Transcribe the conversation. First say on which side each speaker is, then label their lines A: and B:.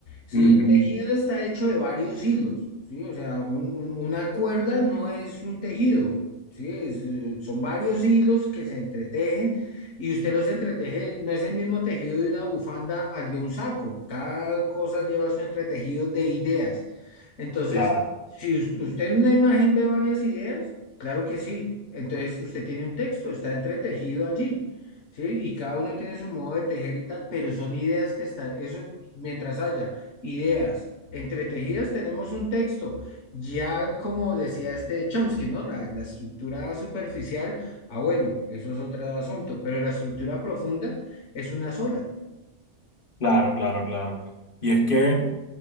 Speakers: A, on the left; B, on the left.
A: ¿sí?
B: Ujú.
A: Tejido está hecho de varios hilos, ¿sí? O sea, un- un- una cuerda no es un tejido, ¿sí? Es, eh, son varios hilos que se entretejen y usted los entreteje, no es el mismo tejido de una bufanda al de un saco. Cada cosa lleva su entretejido de ideas. Entonces,
B: Claro,
A: si us- usted en una imagen ve varias ideas, Claro que sí. Entonces usted tiene un texto, está entretejido allí, ¿sí? Y cada uno tiene su modo de tejer y tal, pero son ideas que están, eso mientras haya ideas entretejidas, tenemos un texto. Ya como decía este Chomsky, ¿no? La, la estructura superficial, ah, bueno, eso es otro asunto, pero la estructura profunda es una sola.
B: claro, claro, claro. Y es que